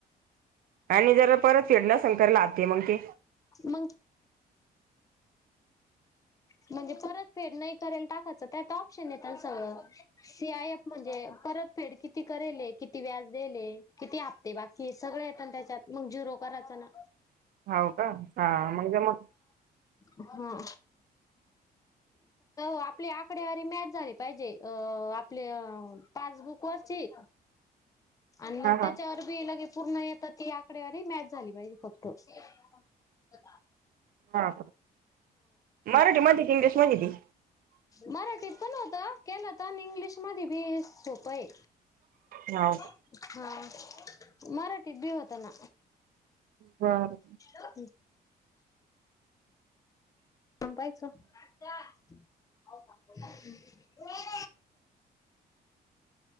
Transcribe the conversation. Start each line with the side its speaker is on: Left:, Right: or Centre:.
Right: आणि जर परत फेड नसेल तर लाभते मग ते.
Left: मग- म्हणजे परत फेड नाही करून टाकायचं. त्यात ऑप्शन येेत ना सगळं. सी आय फ म्हणजे परत फेड किती करेल ए? किती व्याज देयेल ए? किती हफ्ते बाकी? सगळ येत ना त्याच्यात. मग जिरो कराचं ना?
Right: हाव का? हा. मग जमलं.
Left: हो. <inaudible> आकडेवारी मॅच झाली पाहिजे. अ आपल्या पासबुक वरची. आणि मग
Right: हा
Left: त्याच्यावरबी
Right: हा
Left: लगे पूर्ण येत. ती आकडेवारी मॅच झाली पाहिजे फक्त. ह
Right: हां. मराठी मधे का इंग्लिश मधे ए ते?
Left: मराठीत पण होत. केल तर इंग्लिश मध्ये बी सोपए.
Right: हाव का?
Left: हा. मराठी बी होत ना.
Right: बर.
Left: हॅलो. <unintelligible>